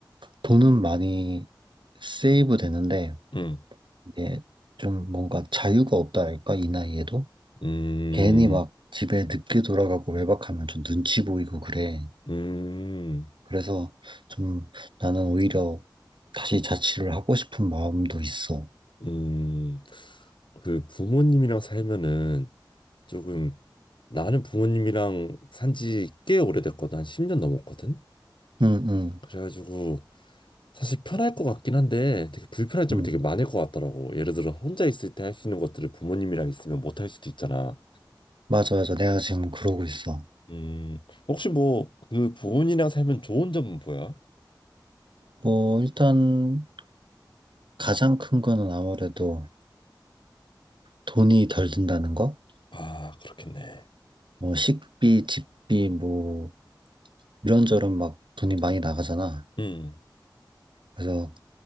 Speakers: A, on the right; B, on the left.
A: 돈은 많이 세이브 되는데
B: 음
A: 이제 좀 뭔가 자유가 없다랄까 이 나이에도
B: 음
A: 괜히 막 집에 늦게 돌아가고 외박하면 좀 눈치 보이고 그래.
B: 음
A: 그래서 좀 나는 오히려 다시 자취를 하고 싶은 마음도 있어.
B: 음 그 부모님이랑 살면은 조금 나는 부모님이랑 산지 꽤 오래됐거든. 한 10년 넘었거든.
A: 응, 응,
B: 그래가지고 사실 편할 것 같긴 한데 되게 불편한 점이
A: 응.
B: 되게 많을 것 같더라고. 예를 들어 혼자 있을 때 할 수 있는 것들을 부모님이랑 있으면 못 할 수도 있잖아.
A: 맞아, 맞아. 내가 지금 그러고 있어.
B: 음, 혹시 뭐 그 부모님이랑 살면 좋은 점은 뭐야?
A: 뭐 일단 가장 큰 거는 아무래도 돈이 덜 든다는 거?
B: 아, 그렇겠네.
A: 뭐 식비, 집비, 뭐 이런저런 막 돈이 많이 나가잖아.
B: 음.
A: 그래서